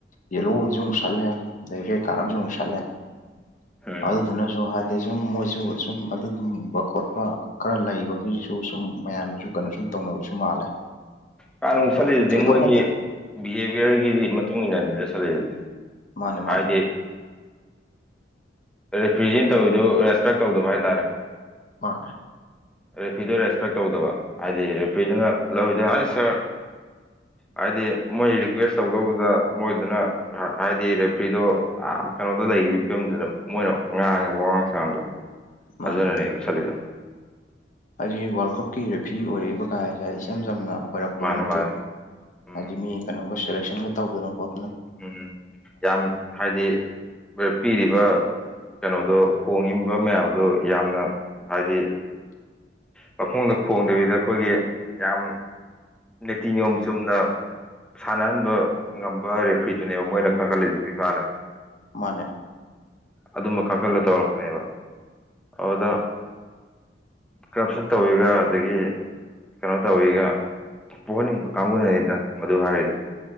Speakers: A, on the left; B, in the centre.
A: ꯌꯦꯂꯣ ꯑꯃꯁꯨ ꯑꯃꯨꯛ ꯁꯠꯂꯦ ꯑꯗꯩꯗꯤ ꯔꯦꯗ ꯀꯥꯔꯠ ꯑꯃꯁꯨ ꯑꯃꯨꯛ ꯁꯠꯂꯦ
B: ꯎꯝ
A: ꯑꯗꯨꯗꯨꯅꯁꯨ ꯍꯥꯏꯗꯤ ꯑꯗꯩ ꯁꯨꯝ ꯃꯣꯏꯁꯨ ꯁꯨꯝ ꯑꯗꯨꯒꯨꯝꯕ ꯈꯣꯠꯄ ꯈꯔ ꯂꯩꯕꯒꯤꯁꯨ ꯎꯝ ꯃꯌꯥꯝꯅꯁꯨ ꯀꯩꯅꯣ ꯁꯨꯝ ꯇꯧꯅꯕꯁꯨ ꯃꯥꯜꯂꯦ
B: ꯀꯥꯔꯗ ꯅꯣꯡ
A: ꯑꯗꯣ
B: ꯁꯠꯂꯤꯗꯨꯗꯤ
A: ꯊꯣꯏꯗꯣꯛꯅꯗꯦ
B: ꯃꯣꯏꯒꯤ ꯕꯤꯍꯦꯕꯤꯌꯔꯒꯤꯗꯤ ꯃꯇꯨꯡ ꯏꯟꯅꯅꯤꯗ ꯁꯠꯂꯤꯗꯨꯗꯤ
A: ꯃꯥꯅꯦ ꯃꯥꯅꯦ
B: ꯍꯥꯏꯗꯤ ꯔꯦꯐ꯭ꯔꯤꯌꯤ ꯇꯧꯋꯤꯗꯨ ꯔꯦꯁꯄꯦꯛ ꯇꯧꯗꯕ ꯍꯥꯏꯇꯥꯔꯦ
A: ꯃꯥꯅꯦ
B: ꯔꯦꯐ꯭ꯔꯤꯗꯨ ꯔꯦꯁꯄꯦꯛ ꯇꯧꯗꯕ ꯍꯥꯏꯗꯤ ꯔꯦꯐ꯭ꯔꯤꯗꯨꯅ ꯂꯧꯔꯤꯗꯨ ꯍꯥꯏ ꯁꯥꯔ ꯍꯥꯏꯗꯤ ꯃꯣꯏ ꯔꯤꯀ꯭ꯋꯦꯁ ꯇꯧꯗꯧꯗꯨꯗ ꯃꯣꯏꯗꯨꯅ ꯍꯥꯏꯗꯤ ꯔꯦꯐ꯭ꯔꯤꯗꯣ ꯑꯥ ꯀꯩꯅꯣꯗ ꯂꯩꯈꯤꯕ ꯐꯤꯕꯝꯗꯨꯗ ꯃꯣꯏꯅ ꯉꯥꯡꯉꯦꯕ ꯋꯥꯉꯥꯡ ꯁꯥꯉꯥꯡꯗꯣ
A: ꯃꯥꯅꯦ
B: ꯑꯗꯨꯅꯅꯦꯕ ꯁꯠꯂꯤꯗꯣ
A: ꯍꯥꯏꯗꯤ ꯋꯥꯔꯜ ꯀꯞꯀꯤ ꯔꯦꯐ꯭ꯔꯤ ꯑꯣꯏꯔꯛꯏꯕ ꯀꯥꯏꯁꯦ ꯏꯆꯝ ꯆꯝꯅ ꯑꯣꯏꯔꯛꯄ
B: ꯃꯥꯅꯦ
A: ꯅꯠꯇꯦꯕ
B: ꯃꯥꯅꯦ ꯎꯝ
A: ꯍꯥꯏꯗꯤ ꯃꯤ ꯀꯩꯅꯣꯒ ꯁꯦꯂꯦꯛꯁꯟꯒ ꯇꯧꯗꯅ ꯈꯣꯠ
B: ꯎꯝ ꯌꯥꯝ ꯍꯥꯏꯗꯤ ꯄꯤꯔꯤꯕ ꯀꯩꯅꯣꯗꯣ ꯈꯣꯡꯉꯤꯕ ꯃꯌꯥꯝꯗꯣ ꯌꯥꯝꯅ ꯍꯥꯏꯗꯤ ꯄꯈꯣꯡꯗ ꯈꯣꯡꯗꯕꯤꯗ ꯑꯩꯈꯣꯏꯒꯤ ꯌꯥꯝ ꯅꯤꯇꯤ ꯅꯤꯌꯣꯝ ꯆꯨꯝꯅ ꯁꯥꯟꯅꯍꯟꯕ ꯉꯝꯕ ꯔꯦꯐ꯭ꯔꯤꯗꯨꯅꯦꯕ ꯃꯣꯏꯅ ꯈꯪꯒꯠꯂꯤꯁꯤ ꯐꯤꯐꯥꯅ
A: ꯃꯥꯅꯦ
B: ꯑꯗꯨꯝꯕ ꯈꯪꯒꯠꯂ ꯇꯧꯔꯛꯄꯅꯦꯕ ꯑꯗꯨꯗ ꯀꯔꯞꯁꯟ ꯇꯧꯋꯤꯒ ꯑꯗꯒꯤ ꯀꯩꯅꯣ ꯇꯧꯋꯤꯒ ꯄꯣꯍꯟꯅꯤꯡꯕ ꯀꯥꯡꯕꯨꯅꯅꯤꯗ ꯃꯗꯨ ꯍꯥꯏꯔꯤꯗꯣ